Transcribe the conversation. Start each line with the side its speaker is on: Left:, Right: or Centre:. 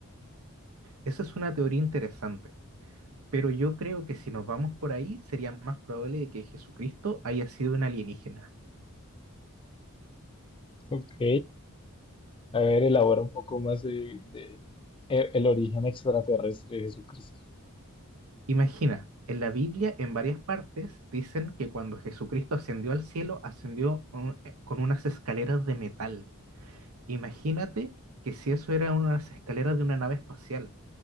Right: Esa es una teoría interesante, pero yo creo que si nos vamos por ahí, sería más probable de que Jesucristo haya sido un alienígena.
Left: Ok, a ver, elabora un poco más de, de- e- el origen extraterrestre de Jesucristo.
Right: Imagina, en la Biblia, en varias partes, dicen que cuando Jesucristo ascendió al cielo, ascendió con eh, con unas escaleras de metal. Imagínate que si eso era unas escaleras de una nave espacial.